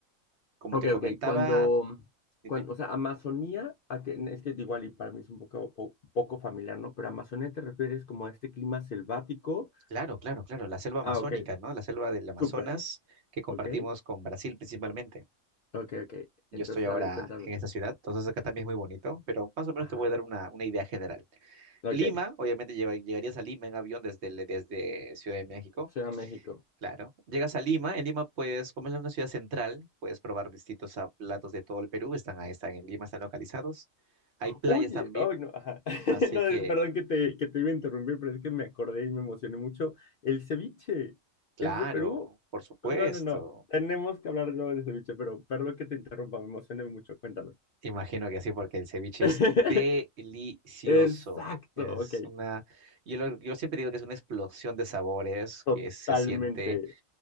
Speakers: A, on the right; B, on the left.
A: Como
B: Ok,
A: te comentaba,
B: ok. Cuando,
A: dime.
B: cuando, o sea, Amazonía, a que, es que igual y para mí es un poco, po- poco familiar, ¿no? Pero Amazonía te refieres como a este clima selvático.
A: Claro, claro, claro, la selva amazónica,
B: Ah, ok.
A: ¿no? La selva del Amazonas
B: Súper.
A: que compartimos
B: Ok.
A: con Brasil principalmente.
B: Ok, ok.
A: Yo
B: Entonces,
A: estoy ahora
B: a ver, cuéntame.
A: en esta ciudad, entonces acá también es muy bonito, pero más o menos
B: Ajá.
A: te voy a dar una, una idea general.
B: Ok,
A: Lima, obviamente lleva- llegarías a Lima en avión desde, el- desde Ciudad de México,
B: Ciudad de México.
A: claro. Llegas a Lima, en Lima pues como es una ciudad central, puedes probar distintos ah, platos de todo el Perú, están ahí, están en Lima, están localizados. Hay playas
B: Oye,
A: también,
B: ay no, ajá. <laughs>
A: así
B: No,
A: que,
B: es- perdón que te, que te iba a interrumpir, pero es que me acordé y me emocioné mucho. ¿El ceviche
A: claro,
B: es de Perú?
A: por supuesto.
B: No, no, no. Tenemos que hablar luego de ceviche, pero perdón que te interrumpa, me emocioné mucho. Cuéntame.
A: Imagino que sí, porque el ceviche
B: <laughs>
A: es delicioso.
B: Exacto,
A: Es
B: ok.
A: una, yo, lo- yo siempre digo que es una explosión de sabores, que
B: Totalmente.
A: se siente